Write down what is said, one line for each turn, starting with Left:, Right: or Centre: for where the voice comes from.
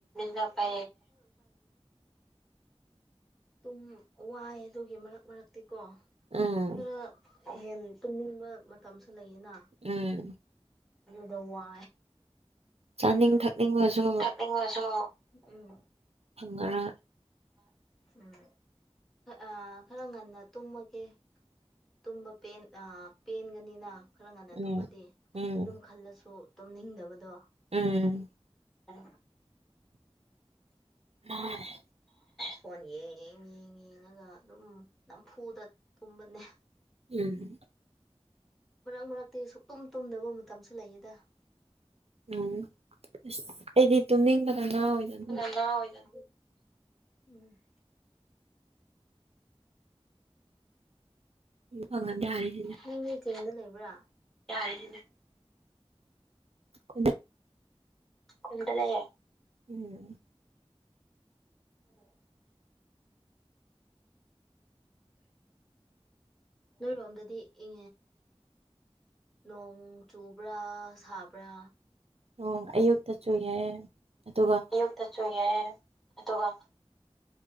Centre: ꯅ ꯄ ꯑꯗꯨꯝ ꯋꯥꯏ ꯑꯗꯨꯒꯤ ꯃꯔꯛ ꯃꯔꯛꯇꯤꯀꯣ
Right: ꯎꯝ
Centre: ꯈꯔ ꯍꯦꯟ ꯇꯨꯝꯅꯤꯡꯕ ꯃꯇꯝꯁꯨ ꯂꯩꯌꯦꯅ
Right: ꯎꯝ
Centre: ꯗꯧ ꯋꯥ
Right: ꯆꯥꯅꯤꯡ ꯊꯛꯅꯤꯡꯕꯁꯨ
Centre: ꯊꯛꯉꯁꯨꯣ ꯎꯝ
Right: ꯈꯪꯒꯔ
Centre: ꯎꯝ ꯑ ꯈꯔ ꯉꯟꯅ ꯇꯨꯝꯃꯒꯦ ꯇꯨꯝꯕ ꯄꯦꯟ ꯑ ꯄꯦꯟꯒꯅꯤꯅ ꯈꯔ ꯉꯟꯅ
Right: ꯎꯝ
Centre: ꯇꯨꯝꯃꯗꯤ
Right: ꯎꯝ
Centre: ꯑꯗꯨꯝ ꯈꯜꯂꯁꯨ ꯇꯨꯝꯅꯤꯡꯗꯕꯗꯣ
Right: ꯎꯝ
Centre: ꯍ
Right: ꯑ
Centre: ꯐꯣꯟ ꯌꯦꯡ ꯌꯦꯡ ꯌꯦꯡꯉꯒ ꯑꯗꯨꯝ ꯅꯝꯐꯨꯗ ꯀꯨꯝꯕꯅꯦ
Right: ꯎꯝ
Centre: ꯃꯔꯛ ꯃꯔꯛꯇꯤ ꯁꯨꯛꯇꯨꯝ ꯇꯨꯝꯗꯕ ꯃꯇꯝꯁꯨ ꯂꯩꯌꯦꯗ
Right: ꯎꯝ ꯑꯁ ꯑꯩꯗꯤ ꯇꯨꯝꯅꯤꯡꯕꯅ ꯉꯥ ꯑꯣꯏꯗꯅ
Centre: ꯑ ꯑꯣꯏꯗ ꯎꯝ
Right: ꯎ ꯍꯉꯗꯦ ꯍꯥꯏꯔꯅꯦ
Centre: ꯅꯪꯅꯦ ꯆꯤꯡꯗ ꯂꯩꯕ꯭ꯔꯥ ꯌꯥꯁꯤꯅ
Right: <inaudible>
Centre: ꯀꯨꯟꯗꯂꯌꯦ
Right: ꯎꯝ
Centre: ꯎꯝ
Right: <inaudible>
Centre: ꯅꯣꯏꯔꯣꯝꯗꯗꯤ ꯏ ꯅꯣꯡ ꯆꯨꯕ꯭ꯔꯥ ꯁꯥꯕ꯭ꯔꯥ
Right: ꯎ ꯑꯌꯨꯛꯇꯁꯨ ꯌꯥꯏ ꯑꯗꯨꯒ
Centre: ꯑꯌꯨꯛꯇꯁꯨ ꯌꯥꯏ ꯑꯗꯨꯒ